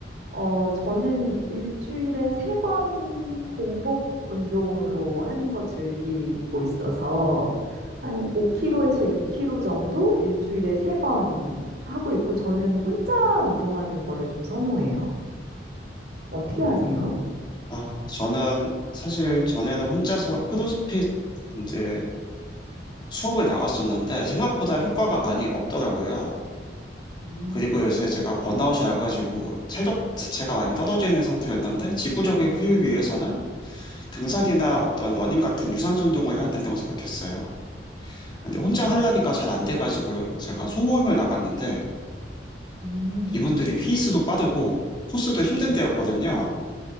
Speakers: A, on the right; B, on the left.
A: 어, 저는 일주일에 세 번 공복 운동으로 하는 거 즐기고 있어서 한 5km에서 6km 정도 일주일에 세 번 하고 있고 저는 혼자 운동하는 거를 좀 선호해요. 어떻게 하세요?
B: 아, 저는 사실 전에는 혼자서 크로스핏 이제 수업을 나갔었는데 생각보다 효과가 많이 없더라고요.
A: 음,
B: 그리고 요새 제가 번아웃이 와가지고 체력 자체가 많이 떨어져 있는 상태였는데 지구적인 휴익을 위해서는 등산이나 어떤 러닝 같은 유산소 운동을 해야 된다고 생각했어요. 근데
A: 음,
B: 혼자 하려니까 잘 안 돼가지고 제가 소모임을 나갔는데
A: 음.
B: 이분들이 페이스도 빠르고 코스도 힘든 데였거든요.